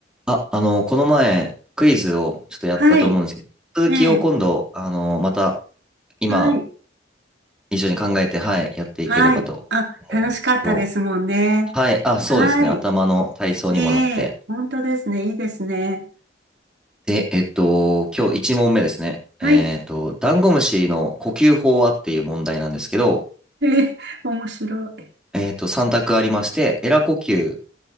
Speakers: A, in the centre; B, on the right (about 65°).
A: あ、あの、この前、クイズをちょっとやったと思うんですけど、
B: はい。
A: 続きを今度、
B: ね
A: あの、また、今、
B: え。はい。
A: 一緒に考えて、はい、やっていければと思うんですけど、
B: はい。あ、楽しかったですもんね。
A: はい、あ、そうですね、
B: はい。
A: 頭の体操にもなって。
B: ええ、本当ですね。いいですね。
A: で、えっと、今日1問目ですね。
B: はい。
A: えっと、ダンゴムシの呼吸法はっていう問題なんですけど、
B: ええ、面白い。
A: えっと、3択ありまして、エラ呼吸、